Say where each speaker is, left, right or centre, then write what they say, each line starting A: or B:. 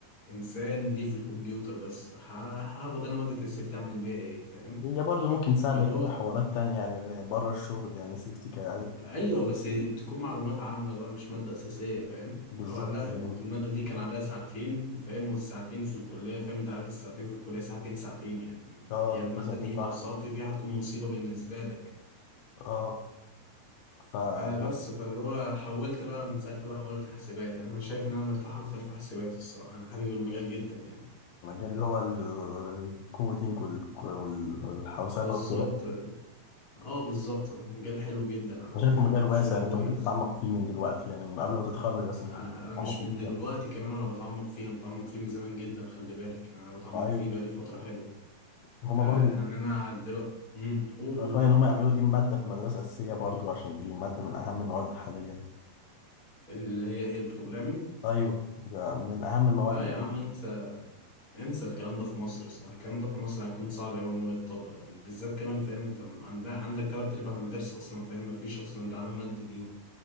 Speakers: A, on the left; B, on the left.
A: انسان ليه في الكمبيوتر بس ه- هاخد انا ماده السيفتي اعمل بيها ايه فاهم
B: هي برضو ممكن تساعدك
A: فاللي هو
B: في حوارات تانية يعني بره الشغل يعني سيفتي كا-
A: ايوه بس تكون معلومات عامه بقى مش ماده اساسيه فاهم
B: بالظبط
A: اللي هو لا
B: كده
A: الماده دي كان عليها ساعتين فاهم والساعتين في الكليه فاهم انت عارف الساعتين في الكليه ساعتين ساعتين يعني
B: اه
A: يعني
B: بيكون
A: الماده
B: ساعتين
A: دي
B: تحت
A: لو سقطت فيها هتكون مصيبه بالنسبه لك
B: اه فالمجال
A: آه، بس فاللي هو حولت بقى من ساعتها بقى حولت حاسبات يعني انا شايف ان انا مرتاح اكتر في حاسبات الصراحه انا حابب المجال جدا يعني
B: اللي هو الكودينج والحوسبة
A: بالظبط
B: وكده
A: اه بالظبط هو مجال حلو جدا على
B: انا
A: فكره
B: شايفه مجال
A: وشغله
B: واسع يعني
A: كويس
B: انت ممكن تتعمق فيه من دلوقتي يعني من قبل ما تتخرج اصلا
A: آه،
B: تكون تتعمق
A: انا مش من
B: في
A: دلوقتي
B: المجال
A: كمان انا بتعمق فيه انا بتعمق فيه من زمان جدا خلي بالك يعني انا بتعمق
B: ايوه
A: فيه بقالي فتره حلوه
B: هما
A: آه،
B: برضو
A: يعني انا دلوقتي امم قول
B: انا
A: قول
B: فاهم ان هما يعملوا دي ماده في المدرسه اساسيه برضو عشان دي ماده من اهم المواد حاليا
A: اللي هي ايه البروجرامينج
B: ايوه ده من اهم المواد
A: لا
B: يعني
A: يا عم انسى انسى الكلام ده في مصر الصراحة الكلام ده في مصر هيكون صعب أوي إن هو يتطبق بالذات كمان فاهم أنت عندها عندك تلات أرباع المدارس أصلا فاهم مفيش أصلا دعم مادي ليهم